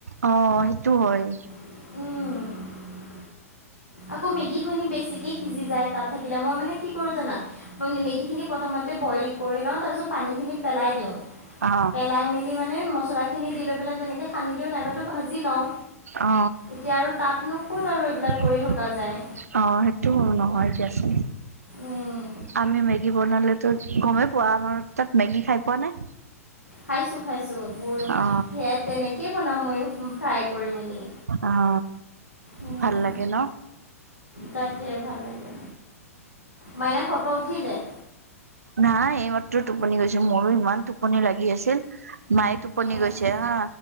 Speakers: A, on the right (about 70°); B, on the left (about 80°).
A: অ সেইটো হয়।
B: উম আকৌ মেগী শুনি বেছিকে সিজি যায় তাত থাকিলে মই মানে কি কৰো জানা। মেগীখিনি প্ৰথমতে বইল কৰি লওঁ তাৰপিছত পানীখিনি পেলাই দিওঁ।
A: অ
B: পেলাই মেলি মানে মছলা খিনি দি লৈ পেলাই তেনেকে। সানদি দিওঁ নাইবাতো ভাজি লওঁ
A: অ
B: এতিয়া আৰু তাতনো ক'ত আৰু এইবিলাক
A: <unintelligible>
B: কৰি থকা যায়
A: অ সেইটো নহয় দিয়া চোন।
B: উম,
A: আমি মেগী বনালেতো গমেই পোৱা আমাৰ তাত মেগী খাই পোৱা নাই।
B: খাইছোঁ খাইছোঁ বোৰ
A: অ
B: সেয়া তেনেকেই বনাওঁ ময়ো ফ্ৰাই। কৰি মেলি
A: আহ
B: উম,
A: ভাল লাগে ন।
B: তাকে ভাল লাগে, মাইনা শুৱাৰ পৰা উঠিলে।
A: নাই এইমাত্ৰ টোপনি গৈছে মোৰো ইমান টোপনি লাগি আছিল। মাই টোপনি
B: অঁ
A: গৈছে
B: অঁ
A: হা।